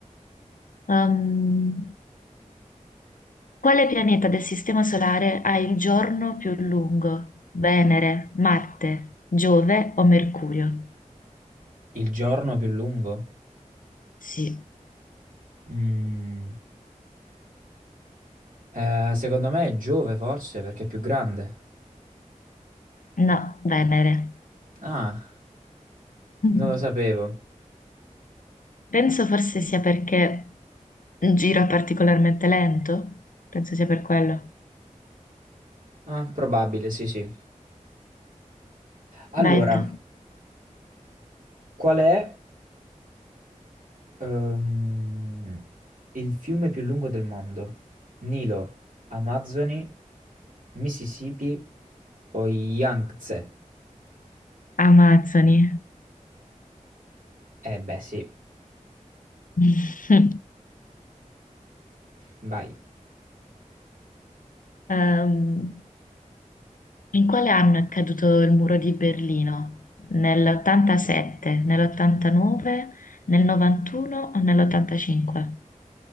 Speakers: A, on the left (about 85°); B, on the right (about 80°).
A: Um, quale pianeta del Sistema Solare ha il giorno più lungo? Venere, Marte, Giove o Mercurio?
B: Il giorno più lungo?
A: Sì,
B: Mm. Eh, secondo me è Giove forse perché è più grande.
A: no, Venere. <laughs>
B: Ah,
A: Mhm.
B: non lo sapevo.
A: Penso forse sia perché gira particolarmente lento. Penso sia per quello.
B: Ah, probabile, sì, sì. Allora,
A: Vai te.
B: qual è ehm, il fiume più lungo del mondo? Nilo, Amazzoni, Mississippi o Yangtze?
A: Amazzoni.
B: Eh beh, sì,
A: <laughs>
B: vai.
A: Ehm, In quale anno è caduto il muro di Berlino? Nell'87, nell'89, nel 91 o nell'85?